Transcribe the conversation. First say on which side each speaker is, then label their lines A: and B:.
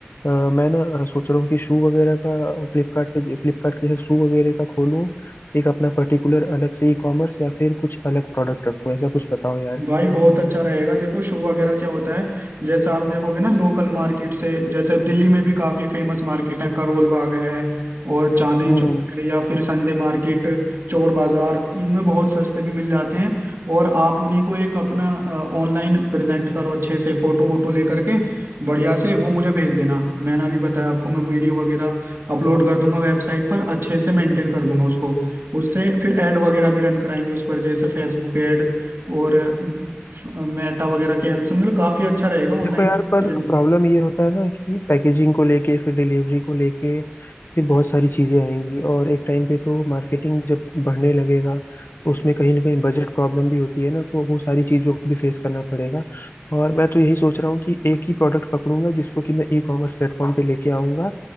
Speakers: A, on the left (about 60°); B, on the right (about 65°).
A: अ, मैं ना अ, सोच रहा हूँ कि शू वगैरह का फ्लिपकार्ट पे फ्लिपकार्ट जैसे शू वगैरह का खोलूँ एक अपना पर्टिकुलर अलग से ई कॉमर्स या फिर कुछ अलग प्रोडक्ट रखूँ ऐसा कुछ बताओ यार
B: भाई बहुत अच्छा रहेगा देखो शू वगैरह क्या होता है जैसे आप देखोगे ना लोकल मार्केट से जैसे दिल्ली में भी काफी फेमस मार्केट है करोल बाग है और चांदनी
A: हम्म
B: चौक है या फिर संडे मार्केट चोर बाजार इनमें बहुत सस्ते भी मिल जाते हैं और आप उन्हीं को एक अपना ऑनलाइन प्रेजेंट करो अच्छे से फोटो वोटो लेकर के बढ़िया से वो मुझे भेज देना मैंने अभी बताया आपको मैं वीडियो वगैरह अपलोड कर दूंगा वेबसाइट पर अच्छे से मेंटेन कर दूंगा उसको उससे फिर ऐड वगैरह भी रन कराएंगे उस पर जैसे फेसबुक ऐड और मेटा वगैरह की हेल्प से मतलब काफी अच्छा रहेगा ऑनलाइन
A: देखो यार
B: प्रेजेंस
A: पर प्रॉब्लम ये होता है ना कि पैकेजिंग को लेके फिर डिलीवरी को लेके फिर बहुत सारी चीजें आएंगी और एक टाइम पे तो मार्केटिंग जब बढ़ने लगेगा तो उसमें कहीं ना कहीं बजट प्रॉब्लम भी होती है ना तो वो सारी चीजों को भी फेस करना पड़ेगा और मैं तो यही सोच रहा हूँ कि एक ही प्रोडक्ट पकड़ूंगा जिसको कि मैं ई कॉमर्स प्लेटफॉर्म पे लेके आऊंगा